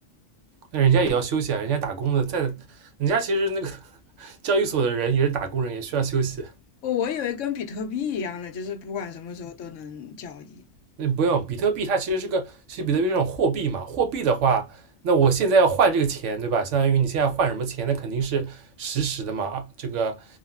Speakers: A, on the right; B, on the left.
A: 那人家也要休息啊，人家打工的在，人家其实那个 <laughs> 交易所的人也是打工人，也需要休息。
B: 我我以为跟比特币一样的，就是不管什么时候都能交易。
A: 那不用，比特币它其实是个，其实比特币这种货币嘛，货币的话，那我现在要换这个钱，对吧？相当于你现在换什么钱，那肯定是实时的嘛，啊这个